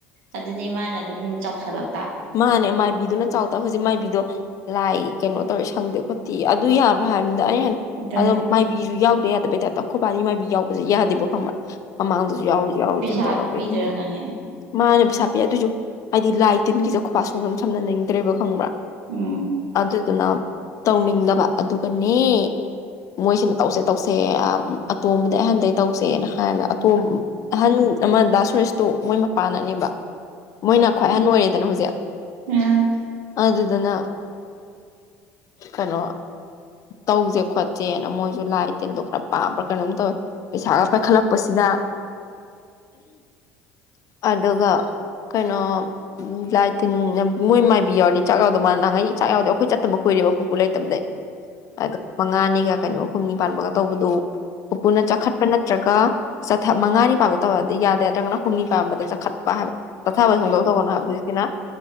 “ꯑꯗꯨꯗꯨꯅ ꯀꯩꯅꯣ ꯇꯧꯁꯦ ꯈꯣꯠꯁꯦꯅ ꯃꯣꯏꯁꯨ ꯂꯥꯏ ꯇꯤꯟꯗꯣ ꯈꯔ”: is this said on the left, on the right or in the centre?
Left